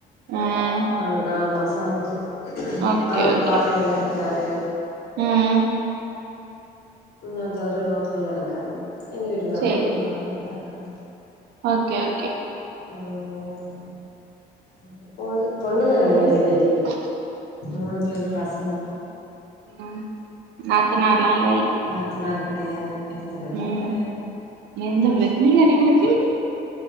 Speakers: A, on the right; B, on the left.
A: ஆ
B: நால் நாலு மாச ஆவுது
A: ஓகே
B: அவர்
A: ஓகே
B: ஃபாரின்ல இருக்காரு
A: ம்
B: இன்னொருத்தவரு ரோக்கல்ல இருக்காரு எங்க வீட்டுக்காரு
A: சேரி
B: லோக்கல்ல இருக்காங்க
A: ஓகே ஓகே
B: ம் ம் போது பொண்ணுங்க கெடையாது
A: ம்
B: இங்க மூணு பேரும் பசங்கதா
A: ம் நாத்துனார்லா இல்லை
B: நாத்தனார் கெடையாது எந்த பிரச்சனையு
A: ம்
B: கெடையாது
A: எந்த பிரச்சனையு கெடயாதுடி